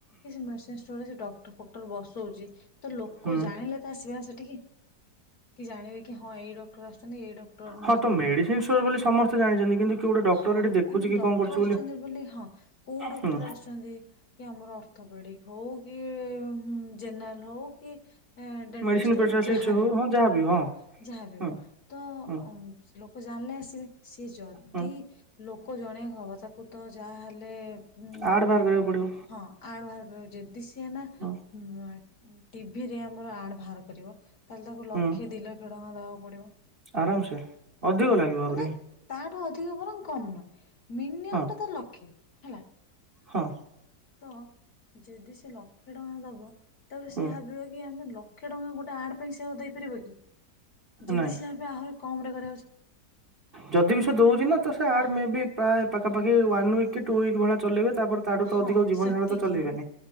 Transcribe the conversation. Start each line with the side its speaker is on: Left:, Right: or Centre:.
Left: ମେଡ଼ିସିନଷ୍ଟୋରରେ ସେ ଡ଼କ୍ଟର ଫକ୍ଟର ବସଉଛି ତ ଲୋକ
Right: ହୁଁ।
Left: ଜାଣିଲେ ତା ଆସିବେ ସେ- ଟିକେ କି ଜାଣିବେ କି ହଁ ଏଇ ଡକ୍ଟର ଆସୁଛନ୍ତି ଏଇ ଡକ୍ଟର ଉମମ୍
Right: ହଁ ତ ମେଡିସିନ ଷ୍ଟୋର ବୋଲି ସମସ୍ତେ ଜାଣିଛନ୍ତି କିନ୍ତୁ କିଏ ଗୋଟେ ଡକ୍ଟର
Left: ହଁ
Right: ଏଠି ଦେଖୁଛି
Left: କିନ୍ତୁ
Right: କି
Left: ଡକ୍ଟର
Right: କଣ କରୁଛି
Left: ଆସୁଛନ୍ତି ବୋଲି ହଁ କୋଉ ଡକ୍ଟର
Right: ହୁଁ
Left: ଆସୁଛନ୍ତି କି ଆମର ଅର୍ ଅର୍ଥପେଡ଼ିକ ହଉ କି ଜେନେରାଲ। ହଉ କି ଡେଣ୍ଟିଷ୍ଟ
Right: ମେଡିସିନ ସ୍ପେଶାଲିଷ୍ଟ
Left: ହଉ ଯାହାବ
Right: ହଉ ହଁ ଯାହାବି
Left: ହଁ ଯାହାଵି ଯାହାବି
Right: ହଁ
Left: ହଉ ତ
Right: ହଁ
Left: ଲୋକ ଜାଣିଲେ ଆସିବେ ସି ଯଦି
Right: ହଁ
Left: ଲୋକ ଜଣେଇବାକୁ ହବ ତାକୁ। ତ ଯାହାହେଲେ। ଉଁ
Right: ଆଡ୍ ବାହାର କରିବାକୁ ପଡିବ
Left: ହଁ କାର ଯଦି ସି ସେ ନା
Right: ହଁ
Left: ହୁ <unintelligible> ଟିଭି ରେ ଆମର ଆଡ଼ ବାହାର କରିବ। ତାହେଲେ ତାକୁ ଲକ୍ଷେ
Right: ହୁଁ
Left: ଦିଲକ୍ଷେ ଟଙ୍କା ଦବା କୁପଡିବ।
Right: ଆରାମ ସେ ଅଧିକ ଲାଗିବ ଆହୁରି
Left: ମାନେ ତାଠୁ ଅଧିକ ବରଂ କମ ନୁ୍ ମିନିୟମ
Right: ହଁ
Left: ଟା ତ ଲକ୍ଷେ। ହେଲା।
Right: ହଁ।
Left: ତ ଯଦି ସେ ଲକ୍ଷେ ଟଙ୍କା ଦବ। ତାପରେ ସିଏ
Right: ହୁଁ
Left: ଭାବିବ କି ଆମେ ଲକ୍ଷେ ଟଙ୍କା ଗୋଟେ ଆଡ ପାଇଁ ସେ ଆଉ ଦେଇପାରିବ କି ଯଦି
Right: ନାଇଁ
Left: ସିଏ ଏବେ ଆହୁରି କମ୍ ରେ କ
Right: ଯଦି ବି ସେ ଦଉଚି ନା ତ ସେ ଆଡ୍
Left: ହଁ
Right: ମେ ବି ପ୍ରାୟ ପାଖାପାଖି ୱାନ୍ ୱିକ୍ କି ଟୁ ୱିକ୍ ଭଳିଆ ଚଲେଇବେ ତାପରେ ତାଠୁ ତ
Left: ହଁ
Right: ଅଧିକ ଜୀବନ
Left: ସେତିକି
Right: ସାରା ତ ଚଲେଇବେନି